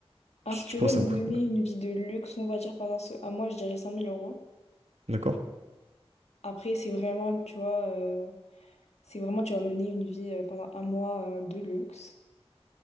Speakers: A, on the left; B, on the right.
A: Alors,
B: tu,
A: si tu
B: tu penses
A: veux
B: que
A: mener
B: ça me coûte combien?
A: une vie de luxe, on va dire pendant ce un mois, je dirais 5000 euros.
B: D'accord?
A: Après, c'est vraiment, tu vois, euh, c'est vraiment, tu vas mener une vie euh, pendant un mois euh, de luxe.